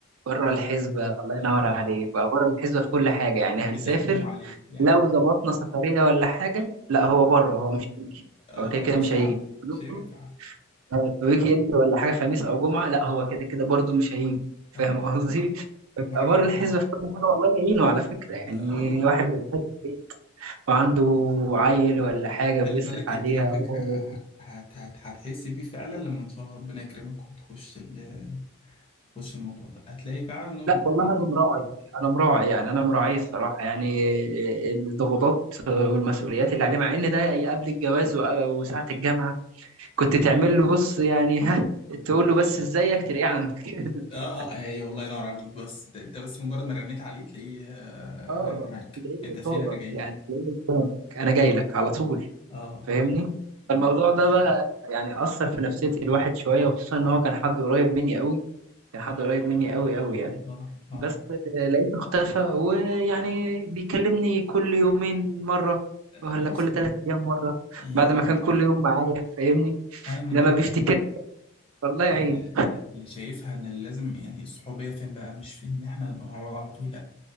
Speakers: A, on the right; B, on the left.
A: بره الحسبة
B: <laughs>
A: الله ينور
B: آه
A: عليك بقى بره الحسبة في كل حاجة يعني هنسافر
B: بتثنوا عليه يعني
A: لو
B: انت
A: ظبطنا سفرية ولا حاجة لا
B: اه
A: هو بره هو مش هيجي
B: اه
A: هو كده كده
B: آه، مش
A: مش
B: هيعرف
A: هيجي نخرج
B: مش هينفع
A: آه، في ويك اند ولا حاجة خميس أو جمعة لا هو كده كده برضه مش هيجي فاهم
B: اه
A: قصدي؟
B: ده
A: بيبقى
B: مع الجماعة
A: بره الحسبة في كل حاجة والله يعينه على فكرة يعني
B: اه بالظبط
A: واحد بيبقى فاتح بيت وعنده عيل ولا حاجة
B: خلي
A: بيصرف
B: بالك
A: عليها
B: انت على فكرة
A: هو
B: ه- هت هت هتحسي بيه فعلا لما ان شاء الله ربنا يكرمك وتخش ال تخش الموضوع ده هتلاقي فعلا ان هو
A: لا
B: بي-
A: والله انا مراعي انا مراعي يعني انا مراعي الصراحه يعني الضغوطات والمسؤوليات اللي عليه مع ان ده قبل الجواز و- وساعه الجامعه كنت تعمل له بص يعني ها تقول له بس ازيك تلاقيه عندك <laughs>
B: اه اه آه، ايوه الله ينور عليك بس ده انت بس مجرد ما رنيت عليه تلاقيه آه
A: اه
B: انا معاك
A: تلاقيه
B: انت فين
A: قصادك
B: انا جاي
A: يعني
B: لك
A: تلاقيه قدامك انا جاي لك على طول
B: اه
A: فاهمني فالموضوع
B: لا
A: ده بقى يعني اثر في نفسيه الواحد شويه وخصوصا ان هو كان حد قريب مني قوي كان حد قريب مني قوي قوي يعني
B: اه اه آه.
A: بس لقيته اختفى ويعني بيكلمني كل يومين مرة ولا
B: بص
A: كل ثلاث أيام مرة
B: يعني
A: بعد ما كان كل يوم معايا فاهمني
B: انا من
A: لما
B: ضمن
A: بيفتكر
B: الحاجات
A: والله يعين
B: اللي اللي شايفها ان اللي لازم يعني الصحوبيه فين بقى مش فين ان احنا نبقى مع بعض على طول لا